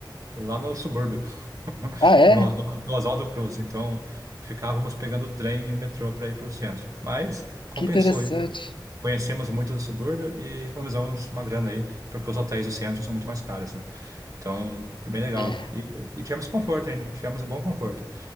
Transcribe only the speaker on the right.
lá no subúrbio, <laughs>
no, no Oswaldo Cruz. Então, ficávamos pegando trem e metrô para ir para o centro. Mas compensou.
hein? Conhecemos muito do subúrbio e economizamos uma grana aí, porque os hotéis do centro são muito mais caros, né? Então, foi bem legal.
E, e tivemos conforto ainda, tivemos um bom conforto.